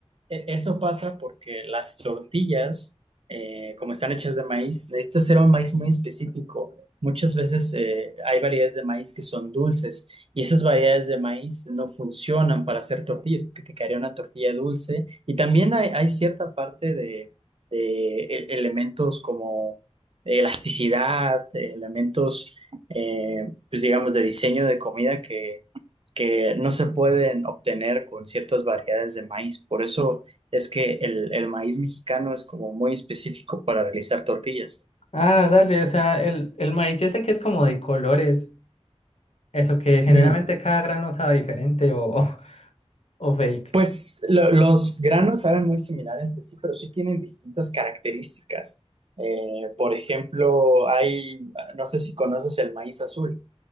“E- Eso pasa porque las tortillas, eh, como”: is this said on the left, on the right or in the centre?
Right